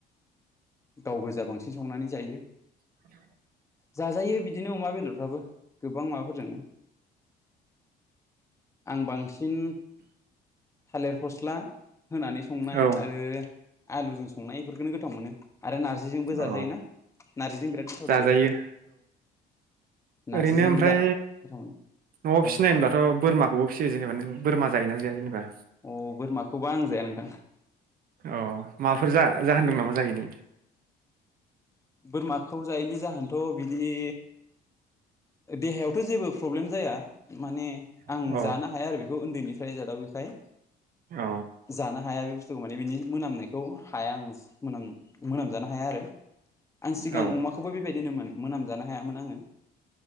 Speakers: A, on the left; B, on the right.
A: गाव गोजा बांसिन संनानै जायो
B: <inaudible>
A: जाजायो बिदिनो अमा बेदरफ्राबो गोबां माबाफोरजोंनो आं बांसि- सिन थालिर फस्ला होनानै संनाय
B: औ
A: आरो आलुजों संनाय फोरखौनो गोथाव मोनो आरो नारजिजोंबो जाजायो
B: अ
A: ना नारजिजों बिराद गोथाव
B: जाजायो
A: जायो नार्जिजों
B: बेनो ओमफ्राय
A: जा गोथाव मोनो
B: न'आव
A: औ
B: फिसिनाय होनबाथ' बोरमाखौबो फिसियो जेनेबा नों बोरमा जायोना जाया जेनेबा
A: <unintelligible> बोरमाखौबा आं जाया नोंथां
B: अ माबाफोर जा जाहोनदों नामा जायैनि
A: बोरमा खौ जायैनि जाहोनथ' बिदि देहायावथ' जेबो प्रब्लेम जाया माने आं
B: अ
A: जानो हाया आरो बेखौ उन्दैनि फ्राय जादावयैखाय
B: अ औ
A: जाना हाया बे बुस्थु माने बिनि मोनामनायखौ हाया आं मोनाम मोनामजानो हाया आरो आं सिगां
B: अ
A: अमाखौबो बेबायदि बिदि मोनामजानो हायामोन आङो